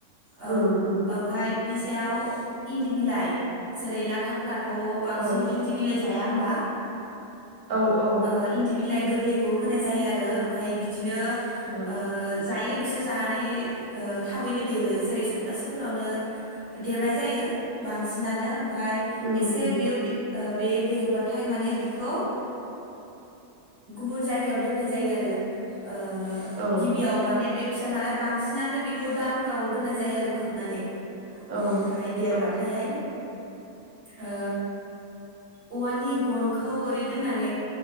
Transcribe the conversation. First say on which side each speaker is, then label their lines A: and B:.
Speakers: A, on the right; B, on the right.
A: औ
B: उम उम
A: ओमफाय बिनि सायाव इन्दि बिलाइ जेरै लाथाफोरा। थ' बांसिन
B: औ
A: इन्दिबिलाइस जाया ओमबा।
B: औ औ
A: ओ इन्दि बिलाइ। गोरलैखौ होनाय जायो आरो ओमफाय फि बिदिनो
B: उम
A: ओ जायो बिसोर जानानै ओ थाबैनो देरो जेरै सप्तासेफोरावनो देरनाय जायो बांसिनानो ओमफाय
B: उम
A: एसे
B: उम
A: बेयाव ओ बे देरबाथाय माने बिखौ ओ गुबुन जायगायाव दोननाय जायो आरो ओ
B: औ
A: गिबियाव माने बे फिसा नालाय बांसिनानो बेखौ दाफोराव दोननाय जायो आरो खोबनानै
B: औ
A: ओमफाय देरबाथाय
B: औ
A: ओ औवानि गनखौ ओरै दोननान